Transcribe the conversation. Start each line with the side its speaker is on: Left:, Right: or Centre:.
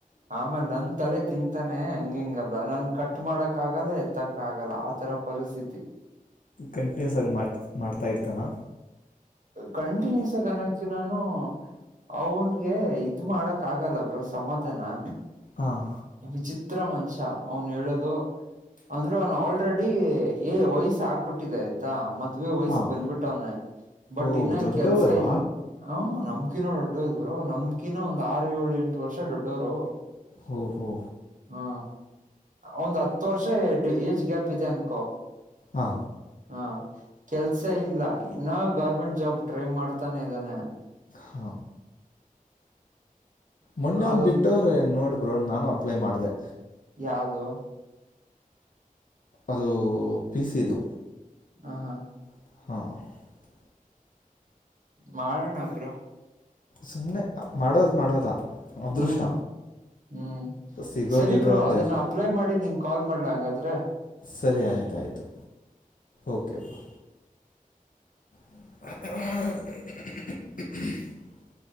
Right: ಆಮೇಲೆ ನನ್ ತಲೆ ತಿಂತಾನೆ ಹಂಗಿ ಹಂಗಲ್ಲ ನನ್ ಕಟ್ ಮಾಡಕ್ ಆಗಲ್ಲೇ ತ್ತಕ್ಕ ಆಗಲ್ಲ ಆ ತರ ಪರಿಸ್ಥಿತಿ
Left: ಕಂಟಿನ್ಯೂಸ್ ಆಗಿ ಮಾಡ್ ಮಾಡ್ತಾ ಇರ್ತಾನಾ
Right: ಕಂಟಿನ್ಯೂಸ್ ಆಗಿ ಅನಕ್ ನಾನು ಅವನ್ಗೆ ಇದ ಮಾಡಕ್ ಆಗಲ್ಲ ಬ್ರೋ ಸಮಾಧಾನ
Left: ಹಾಂ
Right: ವಿಚಿತ್ರ ಮಂಷ ಅವನು ಹೇಳದು ಅಂದ್ರೆ ಅವ ಆಲ್ರೆಡಿ ಏ ವಯಸ್ ಆಗ್ಬಿಟ್ಟಿದ ಆಯ್ತಾ ಮತ್ತೆ ಮದ ವಯಸ್
Left: ಹಾಂ
Right: ಬಂದ್ಬಿಟ್ಟ ಅವ್ನ ಬಟ್
Left: ಓ
Right: ಇನ್ನ
Left: ದೊಡ್ಡವರಾ
Right: ಕೆಲ್ಸ ಇಲ್ ಹ ನಮ ನಮಕಿನೋ ದೊಡ್ಡೋದ್ರು ನಮ್ಕಿನ ಒಂದ ಆರು ಏಳು ಎಂಟು ವರ್ಷ ದೊಡ್ಡೋರು
Left: ಹಹೋ
Right: ಹಾ ಒಂದ್ ಹತ್ತು ವರ್ಷ ಎ ಏಜ್ ಗ್ಯಾಪ್ ಇದೆ ಅನ್ಕೋ
Left: ಹಾ
Right: ಹಾ ಕೆಲ್ಸ ಇಲ್ಲ ಇನ್ನ ಗೌರ್ಮೆಂಟ್ ಜಾಬ್ ಟ್ರೈ ಮಾಡ್ತಾನೆ ಇದ್ದಾನೆ
Left: ಹಾ ಮೊನ್ನೆ ಒಂದ್
Right: ಅದೊಂದ
Left: ಬಿಟ್ಟವ್ರ ನೋಡ್ಬ್ರೋ ನಾನು ಅಪ್ಲೈ ಮಾಡ್ದ
Right: ಯಾವುದು
Left: ಅದು ಪಿಸ ಇದು
Right: ಹ ಹಾ
Left: <inaudible>
Right: ಮಾಡೋಣ ಬ್ರೋ
Left: ಸುಮ್ನೆ ಮಾಡೋದ ಮಾಡೋದ ಅದೃಷ್ಟ
Right: ಹ್ಮ್ ಹ್ಮ್
Left: ಸಿಗೋದು
Right: ಸರಿ
Left: ಬಿಡೋದು
Right: ಬ್ರೋ ಅದನ್ನ
Left: ದೇವ್ರು
Right: ಅಪ್ಲೈ ಮಾಡಿ ನಿಂಗ ಕಾಲ್ ಮಾಡ್ಲಾ ಹಂಗಾದ್ರೆ
Left: ಸರಿ ಆಯ್ತು ಅಯ್ತು ಓಕೆ ಬ <inaudible>